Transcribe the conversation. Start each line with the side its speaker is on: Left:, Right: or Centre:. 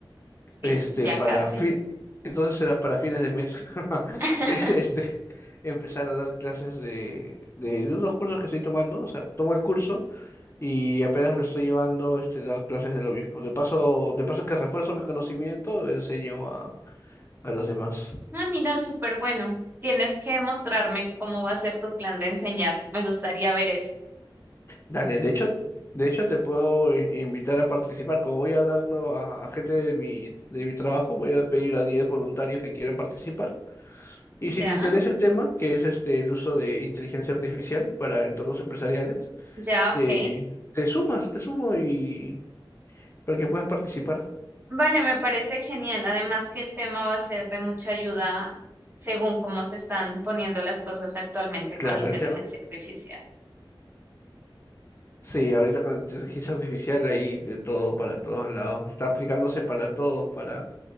Right: Sí,
Left: Este,
Right: ya
Left: para
Right: casi.
Left: fin... Entonces será para fines de mes. <laughs>
Right: <laughs>
Left: Este, empezar a dar clases de, de, de unos cursos que estoy tomando. O sea, tomo el curso y apenas lo estoy llevando, este, dar clases de lo mismo. De paso, de paso que refuerzo mi conocimiento, enseño a, a los demás.
Right: Ah, mira, súper bueno. Tienes que mostrarme cómo va a ser tu plan de enseñar. Me gustaría ver eso.
Left: Dale, de hecho, de hecho te puedo i- invitar a participar. Como voy a darlo a, a gente de mi, de mi trabajo, voy a pedir a 10 voluntarios que quieran participar. Y
Right: Ya,
Left: si te interesa el tema, que es este el uso de inteligencia artificial para entornos empresariales,
Right: ya, ok.
Left: te, te sumas, te sumo y para que puedas participar.
Right: Vale, me parece genial. Además que el tema va a ser de mucha ayuda según cómo se están poniendo las cosas actualmente
Left: Claro,
Right: con inteligencia
Left: el te-
Right: artificial.
Left: Sí, ahorita con la inteligencia artificial hay de todo para todos lados. Está aplicándose para todos, para,